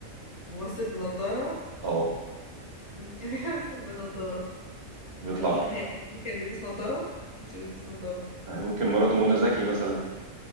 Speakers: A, on the left; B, on the right.
A: ممثل بنضارة
B: اه
A: مين كان <laughs> بيمثل بنضارة
B: بيطلع
A: لا مش هادي كان بيلبس نضارة مش بيلبس نضارة
B: يعني ممكن مراته منى زكي مثلا